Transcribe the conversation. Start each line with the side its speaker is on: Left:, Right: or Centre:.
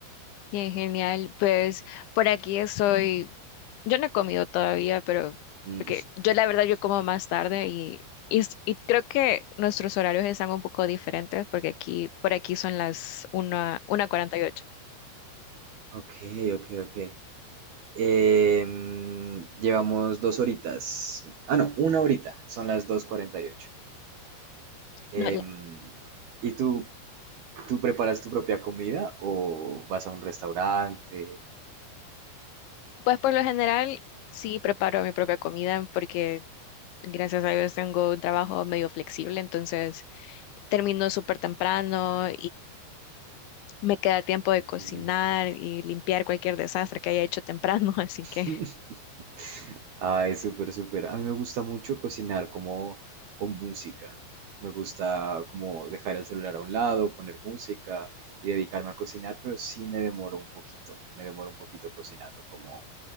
Left: Bien, genial. Pues por aquí estoy. Yo no he comido todavía, pero
Right: Mm,
Left: porque yo la verdad yo como más tarde y, y, s- y creo que nuestros horarios están un poco diferentes porque aquí por aquí son las 1, 1:48.
Right: ok, ok, ok. Em, llevamos dos horitas. Ah, no, una horita, son las 2:48. Em,
Left: No, la-
Right: ¿y tú, tú preparas tu propia comida o vas a un restaurante?
Left: pues por lo general sí preparo mi propia comida porque gracias a Dios tengo un trabajo medio flexible, entonces termino súper temprano Me queda tiempo de cocinar
Right: Mm.
Left: y limpiar cualquier desastre que haya hecho temprano, <laughs> así que...
Right: <laughs> Ay, súper, súper. A mí me gusta mucho cocinar como con música. Me gusta como dejar el celular a un lado, poner música y dedicarme a cocinar, pero sí me demoro un poquito. Me demoro un poquito cocinando, como